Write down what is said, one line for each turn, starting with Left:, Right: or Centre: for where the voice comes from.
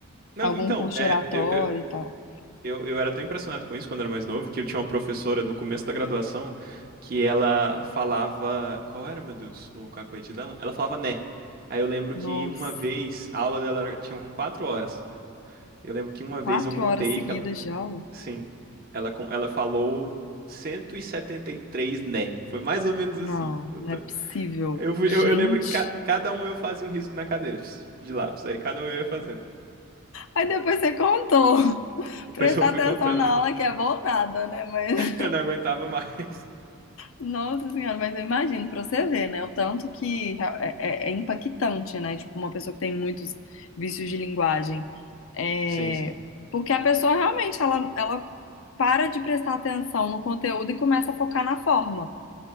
Right: Não,
Left: algum
Right: então,
Left: curso
Right: é,
Left: de oratória
Right: eu, eu,
Left: e tal.
Right: eu, eu era tão impressionado com isso quando era mais novo que eu tinha uma professora no começo da graduação que ela falava. Qual era, meu Deus, o cacoete dela? Ela falava né. Aí eu lembro
Left: Nossa,
Right: que uma vez a aula dela era- tinha quatro horas. Eu lembro que uma
Left: quatro
Right: vez eu contei
Left: horas seguidas
Right: que ela
Left: de aula?
Right: Sim. Ela, com- ela falou cento e e setenta e três né? Foi mais ou menos
Left: Não,
Right: assim.
Left: não
Right: Eu, tô-
Left: é possível.
Right: eu, fui-
Left: Gente.
Right: eu- eu lembro que ca- cada um eu fazia um risco na cadeira pss, de lápis. Aí cada um eu ia fazendo.
Left: Aí depois você contou. <laughs>
Right: Depois
Left: Prestar
Right: eu fui
Left: atenção
Right: contando.
Left: na aula
Right: <laughs>
Left: que é voltada, né? mas
Right: Eu não aguentava mais.
Left: Nossa senhora, mas eu imagino, pra você ver, né? O tanto que rea- é, é- é impactante, né? Tipo, uma pessoa que tem muitos vícios de linguagem. É,
Right: Sim, sim.
Left: Porque a pessoa realmente, ela, ela para de prestar atenção no conteúdo e começa a focar na forma.